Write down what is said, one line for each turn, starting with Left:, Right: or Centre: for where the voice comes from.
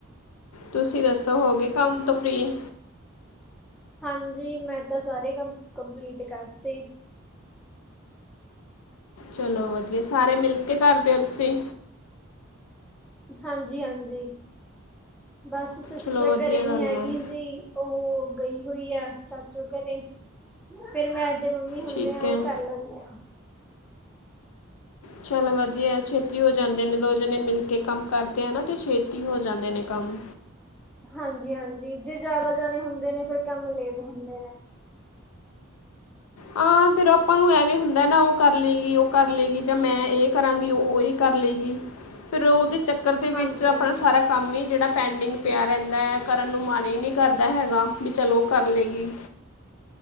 Left: ਤੁਸੀਂ ਦੱਸੋ ਹੋਗੇਏ ਕੰਮ ਤੋਂ ਫ੍ਰਰੀ
Centre: ਹਾਂਜੀ, ਮੈਂ ਤਾਂ ਸਾਰੇ ਕੰਮ ਕੰਪਲੀਟ ਕਰਤੇ।
Left: ਚਲੋ ਵਧੀਆ, ਸਾਰੇ ਮਿਲ ਕੇ ਕਰਦੇਓ ਤੁਸੀਂ।
Centre: ਹਾਂਜੀ, ਹਾਂਜੀ ਬਸ ਸਿਸਟਰ
Left: ਚਲੋ ਵਧੀਆ
Centre: ਘਰੇ ਨੀ
Left: ਗੱਲ
Centre: ਹੈਗੀ
Left: ਆ
Centre: ਸੀ। ਉਹ ਗਈ ਹੋਈ ਐ, ਚਾਚੂ ਘਰੇ। ਫੇਰ ਮੈਂ ਤੇ ਮੰਮੀ ਹੁੰਨੇ
Left: ਠੀਕ
Centre: ਆ,
Left: ਹੈ
Centre: ਉਹ ਕਰ ਲੈਂਦੇ ਆ।
Left: ਚੱਲ ਵਧੀਆ, ਛੇਤੀ ਹੋ ਜਾਂਦੇ ਨੇ, ਦੋ ਜਣੇ ਮਿਲ ਕੇ ਕੰਮ ਕਰਦੇ ਆ ਨਾ ਤੇ ਛੇਤੀ ਹੋ ਜਾਂਦੇ ਨੇ ਕੰਮ।
Centre: ਹਾਂਜੀ, ਹਾਂਜੀ ਜੇ ਜ਼ਿਆਦਾ ਜਾਣੇ ਹੁੰਦੇ ਨੇ ਫਿਰ ਕੰਮ ਲੇਟ ਹੁੰਦੇ ਨੇ।
Left: ਆ ਫਿਰ ਆਪਾਂ ਨੂੰ ਐਵੇਂ ਹੁੰਦਾ ਨਾ ਉਹ ਕਰ ਲਏਗੀ, ਉਹ ਕਰ ਲਏਗੀ, ਜਾਂ ਮੈਂ ਇਹ ਕਰਾਂਗੀ ਉਹ ਕਰ ਲਏਗੀ, ਫਿਰ ਉਹਦੇ ਚੱਕਰ ਦੇ
Centre: ਹਾਂਜੀ,
Left: ਵਿੱਚ ਆਪਣਾ ਸਾਰਾ ਕੰਮ ਹੀ ਜਿਹੜਾ ਪੈਂਡਿੰਗ ਪਿਆ ਰਹਿੰਦਾ ਐ, ਕਰਨ ਨੂੰ ਮਨ ਈ ਨਈ ਕਰਦਾ ਹੈਗਾ, ਵੀ ਚਲੋ ਉਹ ਕਰ ਲਏਗੀ।